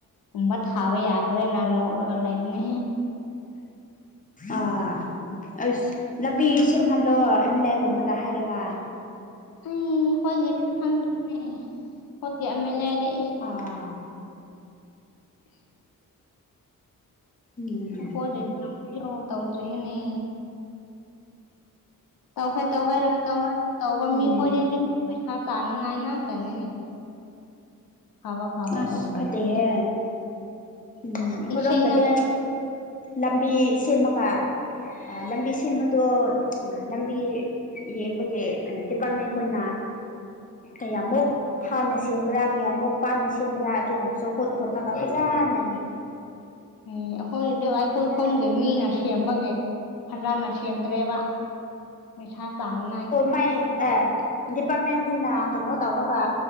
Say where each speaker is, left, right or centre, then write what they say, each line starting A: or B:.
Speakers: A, on the left; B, on the left.
A: ꯒꯨꯝꯕ ꯊꯥꯕꯥ ꯌꯥꯈ꯭ꯔꯦꯅꯥ ꯅꯣꯛꯔꯒ ꯂꯩꯕꯅꯦ
B: ꯑꯥ ꯑꯁ ꯂꯝꯕꯤ ꯁꯦꯝꯍꯜꯂꯣ ꯑꯦꯝꯂꯌꯥꯒꯨꯝꯕꯗ ꯍꯥꯏꯔꯒ
A: ꯑꯩ ꯑꯩꯈꯣꯢꯒꯤꯗꯤ ꯈꯪꯗꯦ ꯑꯩꯈꯣꯢꯒꯤ ꯑꯦꯃꯦꯂꯤꯗꯤ
B: ꯑꯥ
A: <unintelligible>
B: ꯎꯝ
A: ꯍꯣꯏꯗ <inaudible> ꯇꯧꯜꯗ꯭ꯔꯤꯅꯤ ꯇꯧꯈ꯭ꯒꯦ ꯇꯧꯒꯦ ꯇꯧꯔ ꯇꯧꯕ
B: ꯎꯝ
A: ꯃꯤꯈꯣꯏꯗꯗꯤ ꯑꯃꯨꯛ ꯄꯩꯁꯥ ꯆꯥꯅꯤꯡꯉꯥꯏ ꯉꯥꯛꯇꯅꯤꯅꯦ ꯐꯕ ꯐꯕ
B: ꯑꯁ
A: ꯇꯧꯗꯕ
B: ꯐꯠꯇꯦꯍꯦ ꯎꯝ ꯑꯩꯈꯣꯢꯔꯣꯝꯗꯗꯤ
A: ꯏꯁꯦꯡꯅ
B: ꯂꯝꯕꯤ ꯁꯦꯝꯃꯒ ꯑ ꯂꯝꯕꯤ ꯁꯦꯝꯕꯗꯣ ꯑ ꯂꯝꯕꯤ ꯌꯦꯡꯕꯒꯦ ꯗꯤꯄꯥꯔꯠꯃꯦꯟ ꯈꯣꯏꯅ ꯀꯌꯥꯃꯨꯛ ꯊꯥꯅ ꯁꯦꯝꯕ꯭ꯔꯥ ꯀꯌꯥꯃꯨꯛ ꯄꯥꯅ ꯁꯦꯝꯕ꯭ꯔꯥ ꯑꯗꯨꯒꯨꯝꯕꯁꯨ ꯍꯨꯠ ꯍꯨꯠꯂꯒ ꯐꯖꯅ ꯌꯦꯡꯉꯦ
A: ꯑꯦ ꯑꯩꯈꯣꯏꯗꯣ ꯑꯩꯈꯣꯏ
B: ꯒ꯭ꯌꯥꯟ
A: ꯈꯨꯟꯒꯤ
B: ꯇꯥꯗꯦ
A: ꯃꯤꯅ ꯁꯦꯝꯕꯒꯤ ꯐꯖꯅ ꯁꯦꯝꯗ꯭ꯔꯦꯕ ꯄꯩꯁꯥ ꯆꯥꯅꯤꯉꯥꯏ
B: ꯃꯩ ꯑꯦ ꯗꯤꯄꯥꯔꯠꯃꯦꯟ ꯈꯣꯏꯅ ꯀꯩꯅꯣ ꯇꯧꯔꯒ